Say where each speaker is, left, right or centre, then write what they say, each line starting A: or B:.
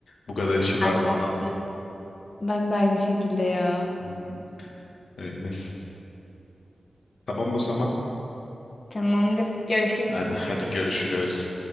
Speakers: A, on the left; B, on the left.
A: bu kadar işin ardından.
B: Ben de aynı. Ben de aynı şekilde ya.
A: Hı hı, Öyle. Tamam o zaman.
B: Tamamdır. Görüşürüz.
A: Hadi, hadi görüşürüz.